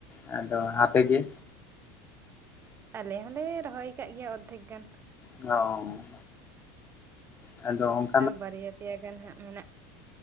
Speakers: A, on the left (about 25°); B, on the right (about 30°).
A: ᱟᱫᱚ ᱟᱯᱮ ᱜᱮ?
B: ᱟᱞᱮ ᱦᱚᱸᱞᱮ ᱨᱚᱦᱚᱭ ᱠᱟᱜ ᱜᱮᱭᱟ ᱚᱨᱫᱷᱮᱠ ᱜᱟᱱ ᱾
A: ᱚᱻ ᱟᱫᱚᱼᱼ
B: ᱟᱨ ᱵᱟᱨᱭᱟ ᱯᱮᱭᱟ ᱜᱟᱱ ᱦᱟᱸᱜ ᱢᱮᱱᱟᱜ ᱾